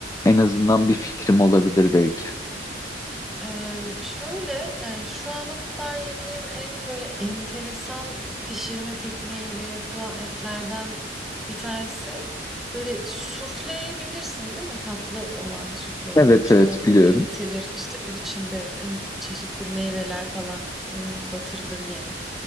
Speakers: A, on the left; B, in the centre.
A: en azından bir fikrim olabilir belki.
B: Emm, şöyle, yani, şu ana kadar yediğim en, böyle, enteresan pişirme tekniğiyle yapılan etlerden bir tanesi, böyle, sufleyi bilirsin değil mi? Tatlı olan sufle, yani,
A: Evet
B: çikolata
A: evet biliyorum.
B: eritilir, işte, içinde, emm, çeşitli meyveler falan, eee, batırılır, yenir.